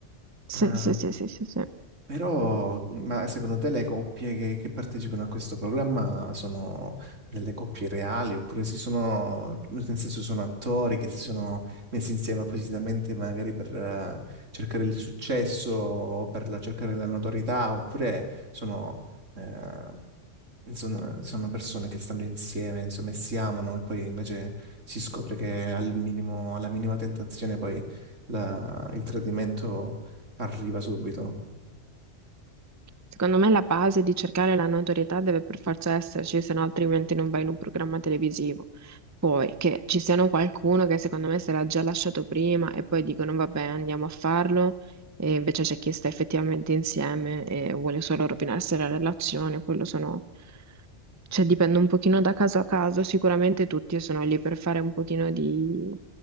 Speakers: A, on the right; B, on the right.
A: sì,
B: Ah.
A: sì, sì, sì, sì, sì.
B: Però, ma secondo te le coppie che, che partecipano a questo programma sono delle coppie reali oppure si sono, nel senso sono attori che si sono messi insieme appositamente magari per eh, cercare il successo o per la- cercare la notorietà oppure sono, eh, insomma, sono persone che stanno insieme, insomma, e si amano e poi invece si scopre che al minimo, alla minima tentazione poi la- il tradimento arriva subito.
A: Secondo me la base di cercare la notorietà deve per forza esserci, se no altrimenti non vai in un programma televisivo. Poi che ci siano qualcuno che secondo me se l'ha già lasciato prima e poi dicono vabbè andiamo a farlo e invece c'è chi sta effettivamente insieme e vuole solo rovinarsi la relazione, quello sono... Cioè dipende un pochino da caso a caso, sicuramente tutti sono lì per fare un pochino di,